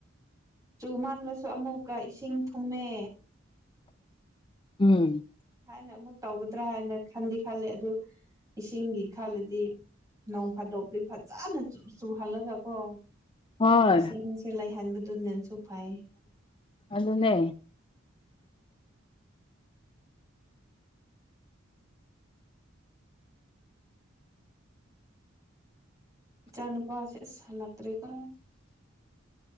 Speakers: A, on the right; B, on the left.
A: ꯆꯨ ꯃꯥꯜꯂꯁꯨ ꯑꯃꯨꯛꯀ ꯏꯁꯤꯡ ꯊꯨꯝꯃꯦ
B: ꯎꯝ
A: ꯍꯥꯏꯅ ꯑꯃꯨꯛ ꯇꯧꯒꯗ꯭ꯔꯥ ꯍꯥꯏꯅ ꯈꯟꯗꯤ ꯈꯜꯂꯦ ꯑꯗꯨ ꯏꯁꯤꯡꯒꯤ ꯈꯜꯂꯗꯤ ꯅꯣꯡ ꯐꯥꯗꯣꯛꯇꯤ ꯐꯖꯅ ꯆꯨꯍꯜꯂꯒ ꯀꯣ
B: ꯍꯣꯏ
A: ꯏꯁꯤꯡ ꯂꯩꯍꯟꯕꯗꯨꯅꯁꯨ ꯐꯥꯏ
B: ꯑꯗꯨꯅꯦ
A: ꯏꯆꯥ ꯅꯨꯨꯄꯥꯁꯦ ꯑꯁ ꯍꯜꯂꯛꯇ꯭ꯔꯦꯀꯣ